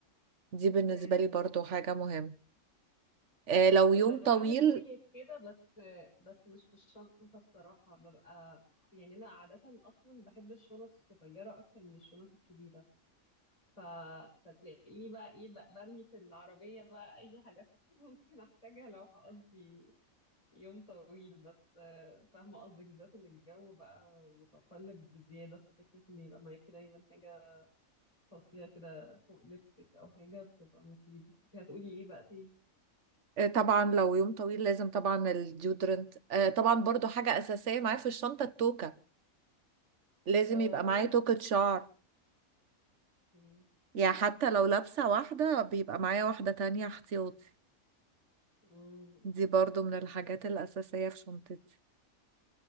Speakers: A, on the right (about 60°); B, on the left (about 25°).
A: دي بالنسبة
B: أيوه
A: لي برضو حاجة مهمة آه لو يوم
B: انا بعمل
A: طويل
B: زيك كده بس بس مش في الشنطه بصراحه ببقى يعني انا عاده اصلا بحب الشنط الصغيره اكتر من الشنط الكبيره ف... فتلاقيني بقى ايه بقى برمي في العربيه بقى اي حاجات <laughs> ممكن احتاجها لو هقضي يوم طويل بس فاهمه قصدك بالذات ان الجو بقى متقلب بزياده ففكره ان يبقى معاكي دايما حاجه تحطيها كده فوق لبسك او حاجه بتبقى مفيده كنت هتقولي ايه بقى تاني
A: آه طبعا لو يوم طويل لازم طبعا الديودرنت آه طبعا برضو حاجة اساسية معايا في الشنطة التوكة لازم
B: اه
A: يبقى معايا توكة شعر
B: مم.
A: يعني حتى لو لابسة واحدة بيبقى معايا واحدة تانية احتياطي
B: مم.
A: دي برضو من الحاجات الأساسية في شنطتي